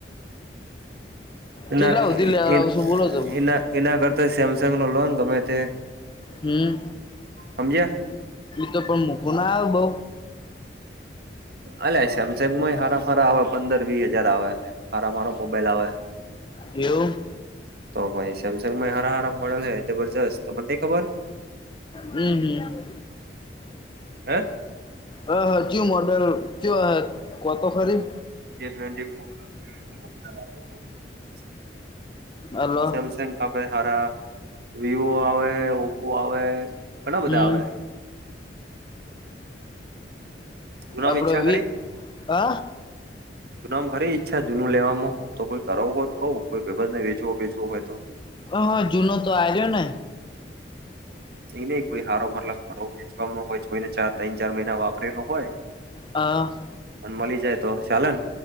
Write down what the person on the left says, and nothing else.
કેટલા
સુધી લેવડાવશો
બોલો તમે
હમ
તો પણ મુખો ના આવ બઉ
એવું
હમ હમ
હ હાજયુ મોડેલ કુ હ કોતો ખરી
હલો
હમ
આપડે
વી
હા
હ જૂનો તો આ્યો ને
હ